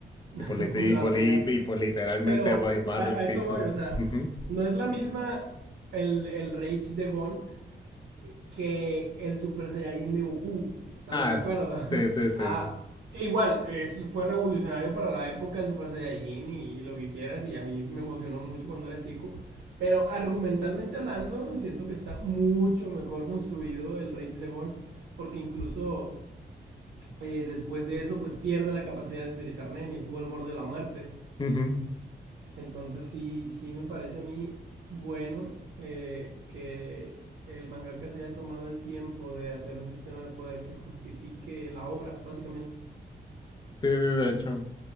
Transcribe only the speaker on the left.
Y
por, lit-
y por,
li- y por literalmente
va- barre
el piso.
Ujú.
Ah,
s-
sí, sí, sí.
Ujú, ujú.
Sí, sí, de hecho.